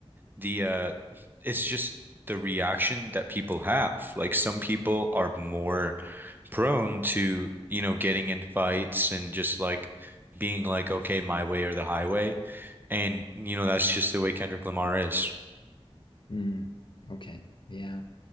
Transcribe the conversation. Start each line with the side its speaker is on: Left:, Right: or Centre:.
Right: the uh, it's just the reaction that people have. Like some people are more prone to, you know, getting in fights and just like being like, okay, my way or the highway. And, you know, that's just the way Kendrick Lamar is.
Left: Hmm. okay. Yeah.